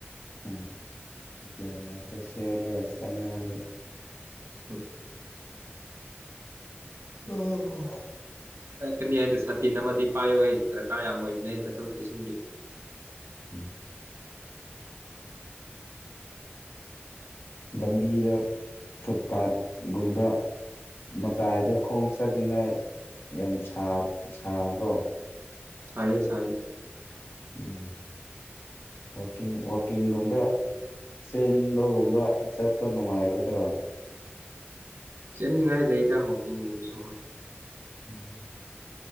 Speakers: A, on the left; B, on the right.
A: ꯎꯝ <unintelligible> ꯆꯪꯉꯛ ꯑꯗꯤ
B: ꯍꯝ
A: ꯑꯥ ꯍ
B: ꯏꯪꯉꯦ ꯍꯥꯏꯗꯣ ꯁꯇꯤꯟ ꯑꯃꯗꯤ ꯄꯥꯏꯌꯣꯍꯦ ꯗ꯭ꯔꯀꯥꯔ ꯌꯥꯝ ꯑꯣꯏꯕꯅꯦ ꯆꯠꯊꯣꯛ ꯆꯠꯁꯤꯟꯒꯤ
A: ꯎꯝ ꯂꯝꯕꯤꯗ ꯐꯨꯠ ꯄꯥꯠꯒꯨꯝꯕ ꯃꯇꯥꯏꯗ ꯈꯣꯡ ꯆꯠꯅꯤꯡꯉꯥꯏ ꯌꯥꯝ ꯁꯥꯕ꯭ꯔꯣ
B: ꯁꯥꯏꯌꯦ ꯁꯥꯏꯌꯦ
A: ꯎꯝ ꯋꯥꯀꯤꯡ ꯋꯥ ꯀꯤꯡꯒꯨꯝꯕ ꯆꯦꯟꯕꯒꯨꯝꯕ ꯆꯠꯄ ꯅꯨꯡꯉꯥꯏꯒꯗ꯭ꯔꯥ
B: ꯆꯦꯟꯅꯤꯡꯉꯥꯏ ꯂꯩ ꯗ ꯋꯥꯀꯤꯡꯒꯨꯝꯕꯁꯨ ꯍꯣꯏ
A: ꯎꯝ